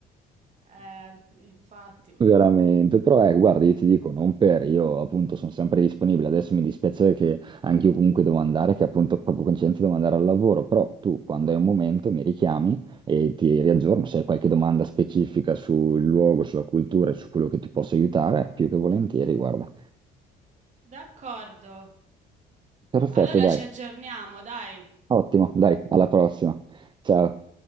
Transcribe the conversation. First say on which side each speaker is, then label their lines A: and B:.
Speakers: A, on the right; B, on the right.
A: Eh, infatti.
B: Veramente, però eh, guarda, io ti dico, non per, io appunto sono sempre disponibile, adesso mi dispiace che anche io comunque devo andare, che appunto proprio coincidente devo andare al lavoro, però tu quando hai un momento mi richiami e ti riaggiorno. Se hai qualche domanda specifica sul luogo, sulla cultura e su quello che ti posso aiutare, più che volentieri, guarda.
A: D'accordo.
B: Perfetto,
A: Allora
B: dai.
A: ci aggiorniamo, dai.
B: Ottimo, dai, alla prossima. Ciao.